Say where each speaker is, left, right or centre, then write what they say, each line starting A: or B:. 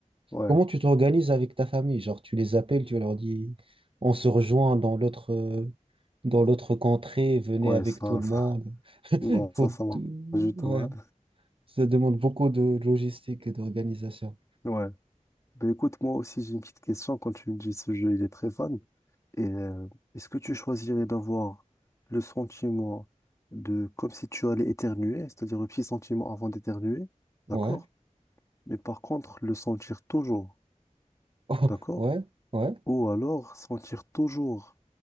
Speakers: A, on the left; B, on the right.
A: Ouais,
B: comment tu t'organises avec ta famille? Genre, tu les appelles, tu leur dis, on se rejoint dans l'autre euh, dans l'autre contrée, venez
A: ouais,
B: avec
A: ça,
B: tout le
A: ça,
B: monde.
A: <laughs>
B: <laughs>
A: non, ça,
B: Faut
A: ça marche
B: tout-
A: pas du tout.
B: Ouais,
A: hein.
B: ça demande beaucoup de logistique et d'organisation.
A: Ouais. Ben écoute, moi aussi j'ai une petite question. Quand tu me dis ce jeu, il est très fun. Et euh, est-ce que tu choisirais d'avoir le sentiment de comme si tu allais éternuer, c'est-à-dire le petit sentiment avant d'éternuer, d'accord?
B: Ouais,
A: Mais par contre, le sentir toujours,
B: <laughs>
A: d'accord?
B: ouais, ouais.
A: Ou alors sentir toujours